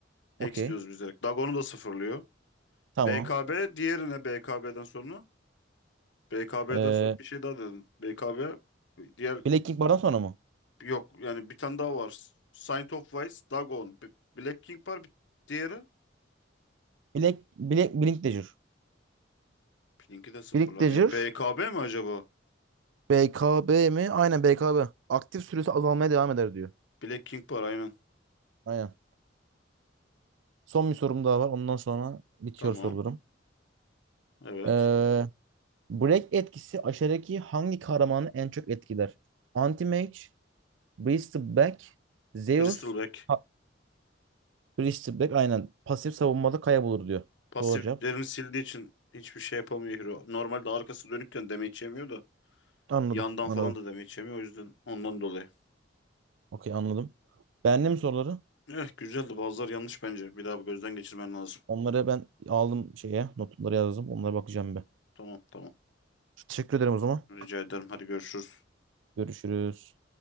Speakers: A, on the left; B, on the right.
A: Hex
B: Okey.
A: diyoruz biz direkt. Dagon'u da sıfırlıyor.
B: Tamam.
A: BKB diğerine BKB'den sonra. BKB'den
B: Ee,
A: sonra bir şey daha dedin. BKB diğer
B: Black King Bar'dan sonra mı?
A: yok yani bir tane daha var. Saint of Wise, Dagon, B- Black King var bir diğeri.
B: Black, Black, Blink Dagger.
A: Pinki de sıfırlar
B: Blink Dagger.
A: ya. BKB mi acaba?
B: BKB mi? Aynen BKB. Aktif süresi azalmaya devam eder diyor.
A: Black King var aynen.
B: Aynen. Son bir sorum daha var. Ondan sonra bitiyor
A: Tamam.
B: sorularım.
A: Evet.
B: Ee, Break etkisi aşağıdaki hangi kahramanı en çok etkiler? Anti-Mage, Priest of Black, Zeus,
A: Bristleback.
B: ha, Priest of Black aynen. Pasif savunmada kaybolur diyor.
A: Pasiflerini
B: Doğru cevap.
A: sildiği için hiçbir şey yapamıyor Hero. Normalde arkası dönükken damage yemiyor da
B: Anladım,
A: yandan
B: anladım.
A: falan da damage yemiyor o yüzden ondan dolayı.
B: Okey anladım. Beğendin mi soruları?
A: Eh güzeldi bazıları yanlış bence. Bir daha bir gözden geçirmen lazım.
B: Onları ben aldım şeye. Notları yazdım. Onlara bakacağım bir.
A: Tamam tamam.
B: Teşekkür ederim o zaman.
A: Rica ederim. Hadi görüşürüz.
B: Görüşürüz.